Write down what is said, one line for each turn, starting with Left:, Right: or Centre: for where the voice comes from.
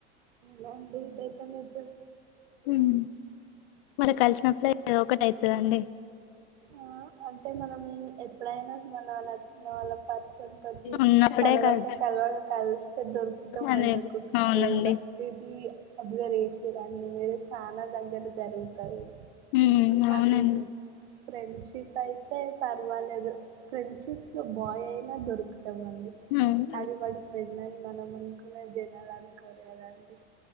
Right: లెండి ఇదైతే నిజం
Left: హ్మ్ మరి కలిసినప్పుడే ఏదో ఒకటి అయితుదండి
Right: ఆ అంటే మనం ఎప్పుడైనా మన నచ్చిన వాళ్ళ పర్సన్ తోటి
Left: ఉన్నప్పుడే
Right: కలవక
Left: కాదు
Right: కలవ కలిస్తే దొరుకుతామండి
Left: అదే
Right: ఒక్కొక్కసారి
Left: అవునండి
Right: కూడా ఇది అబ్జర్ చేస్ ఇలాని మీరు చానా దగ్గర జరుగుతాయి
Left: ఉమ్ అవునండి
Right: అది ఫ్రెండ్షిప్ అయితే పర్వాలేదు ఫ్రెండ్షిప్ లో బాయ్ అయినా దొరుకుతామండి
Left: ఉమ్
Right: అది వాడు ఫ్రెండ్ అని మనం అనుకునే జనాలు అనుకోరు కదా అండి